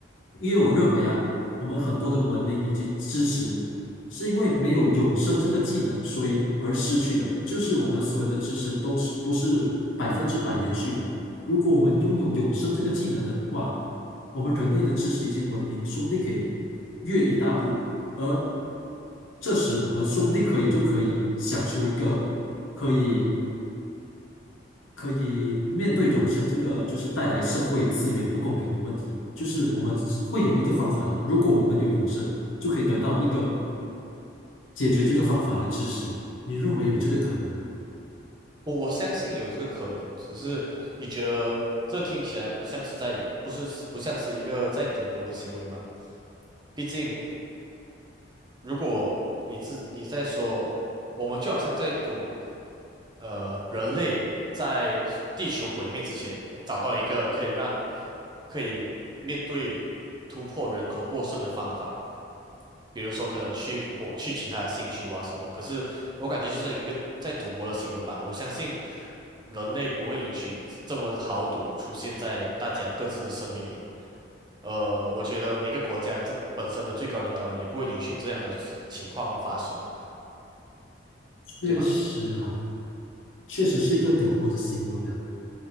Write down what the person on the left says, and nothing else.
因为我认为啊，我们很多的文明以及知识，是因为没有永生这个技能，所以而失去的。就是我们所有的知识都是不是百分之百延续的。如果我们拥有永生这个技能的话，我们人类的知识以及文明说不定可以越一大步。而这时，我们说不定可以就可以想出一个可以可以面对永生这个就是带来社会资源不公平的问题，就是我们会有一个方法的。如果我们有永生，就可以得到一个解决这个方法的支持。你认为有这个可能吗？
确实啊，
确实是一个赌博的行为啊。